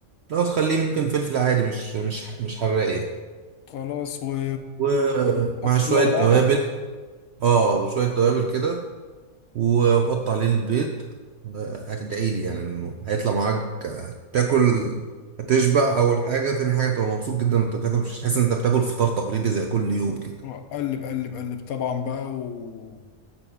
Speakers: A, on the right; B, on the left.
A: لو تخليه ممكن فلفل عادي مش مش مش حراق يعني
B: خلاص و...
A: ومع
B: وحط
A: شوية
B: كله على بعضه
A: توابل اه وشوية توابل كده وحط عليه البيض آه، هتدعي لي يعني انه هيطلع معاك آه، تاكل هتشبع اول حاجة تاني حاجة تبقى مبسوط جدا وانت بتاكل مش تحس ان انت بتاكل فطار تقليدي زي كل يوم كده
B: وقلب قلب قلب طبعا بقى و